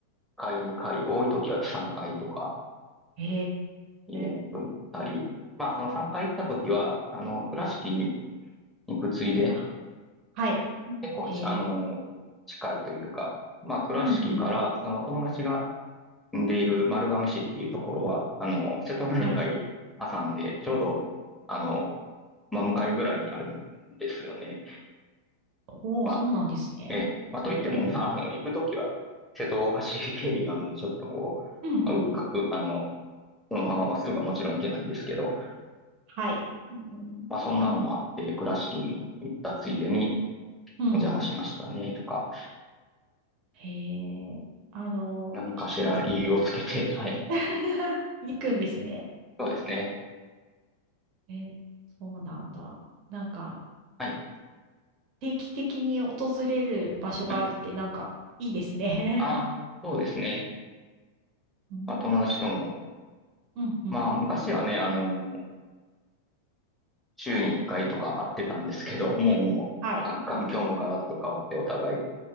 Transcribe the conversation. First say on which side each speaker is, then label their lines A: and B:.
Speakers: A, in the centre; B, on the right.
A: 回、2回、多い時は3回とか、
B: へ
A: イベント行ったり、
B: え。
A: まあその3回行った時は、あの、倉敷に行くついで、
B: あはい。うんへえ。
A: 結構、あの、近いというか、まあ倉敷から、
B: うんうん。
A: その友達が住んでいる丸亀市っていうところは、あの、瀬戸内海挟んで、
B: はい。
A: ちょうど、あの、まあ、向かいぐらいにあるんですよね。
B: おお、
A: まあ、
B: そうなんですね。
A: ええ。まあ、といっても、まあ、あの、行くときは、瀬戸大橋経由なので、ちょっとこう、
B: うんうん。
A: あ、ううかうあの、そのまままっすぐはもちろん行けないんですけど、
B: はい。うん、
A: まあ、そんなのもあって、
B: へえ。
A: 倉敷に行ったついでに
B: うんうん。
A: お邪魔しましたね、とか、
B: へえ。あの、
A: 何かしら理由をつけて、
B: 季節、うん
A: <laughs> はい。
B: <laughs> 行くんですね。
A: そうですね。
B: え、そうなんだ。なんか、
A: はい。
B: 定期的に訪れる場所があるって、
A: はい。
B: なんか、いいですね。
A: ああ、
B: <laughs>
A: そうですね。
B: うん、
A: まあ、友達とも。
B: うん、うん。
A: まあ、昔はね、あの、週に1回とか会ってたんですけど、もうもう、
B: はい。
A: か環境もガラッと変わってお互い、